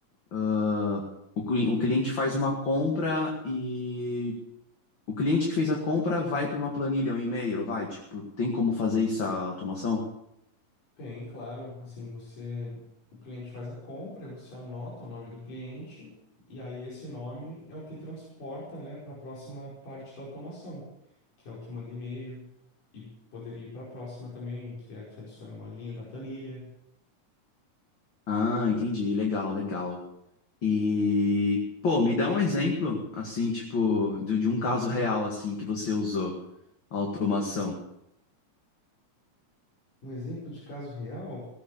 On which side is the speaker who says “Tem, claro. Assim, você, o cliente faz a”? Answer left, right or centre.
Left